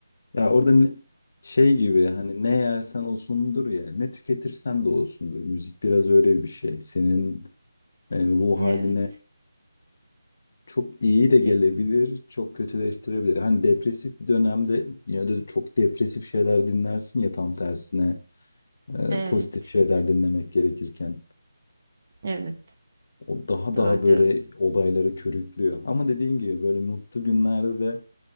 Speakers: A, on the left; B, on the right.
A: Ya orada ne- şey gibi hani ne yersen olsundur ya ne tüketirsen de olsundur. Müzik biraz öyle bir şey. Senin e, ruh
B: Evet.
A: haline çok iyi de gelebilir,
B: Kes-
A: çok kötüleştirebilir. Hani depresif bir dönemde ya da çok depresif şeyler dinlersin ya tam tersine e,
B: Evet.
A: pozitif şeyler dinlemek gerekirken.
B: Evet.
A: O daha
B: Doğru
A: daha böyle
B: diyorsun.
A: olayları körüklüyor. Ama dediğim gibi böyle mutlu günlerde de